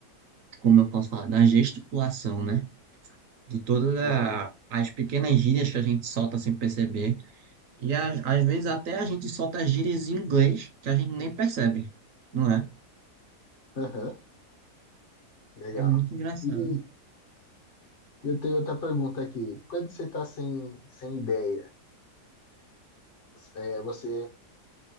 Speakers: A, on the right (about 65°); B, on the left (about 45°).
A: como eu posso falar, da gesticulação, né? De todas a-
B: Aham.
A: as pequenas gírias que a gente solta sem perceber, e às às vezes até a gente solta gírias em inglês que a gente nem percebe, não é?
B: Aham. Legal.
A: É muito engraçado.
B: E eu tenho outra pergunta aqui. Quando você está sem, sem ideia, é, você,